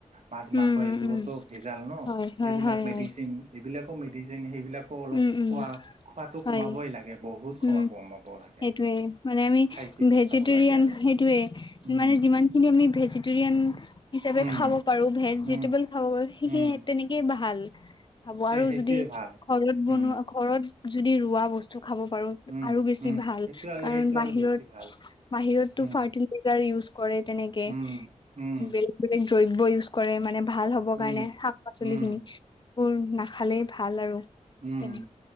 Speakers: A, on the right; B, on the left.
A: মাছ মাংস
B: উম উম
A: এইবোৰতো
B: উম
A: ভেজাল ন।
B: হয় হয়
A: এইবিলাক
B: হয়
A: মেডিচিন
B: হয়
A: এইবিলাকো মেডিচিন সেইবিলাক অলপ
B: উম উম
A: খোৱা খোৱাটো
B: হয়
A: কমাবই লাগে বহুত খোৱা
B: উম
A: কমাব লাগে।
B: সেইটোৱে মানে আমি
A: চাই
B: ভেজিটেৰিয়ান
A: চিতি খাব লাগে আৰু
B: সেইটোৱে
A: উম
B: মানে যিমানখিনি আমি ভেজিটেৰিয়ান হিচাপে
A: উম
B: খাব পাৰো ভেজিটেবল
A: উম
B: খাব পাৰো সেখিনি
A: উম
B: তেনেকেই ভাল খাব
A: তে
B: আৰু
A: সেইটোৱে
B: যদি
A: ভাল
B: ঘৰত বনোৱা
A: উম
B: ঘৰত যদি ৰোৱা বস্তু খাব পাৰো।
A: উম
B: আৰু বেছি
A: উম
B: ভাল
A: সেইটো আৰু
B: কাৰণ
A: সেইটো
B: বাহিৰত
A: আৰু বেছি ভাল
B: বাহিৰতটো
A: উম
B: ফাৰ্টিলাইজাৰ ইউজ কৰে তেনেকে।
A: উম উম।
B: বেলেগ বেলেগ দ্ৰব্য ইউজ কৰে মানে ভাল হ'বৰ
A: উম
B: কাৰণে শাক পাচলি
A: উম
B: খিনি। বোৰ নাখালেই ভাল আৰু।
A: উম
B: তেনে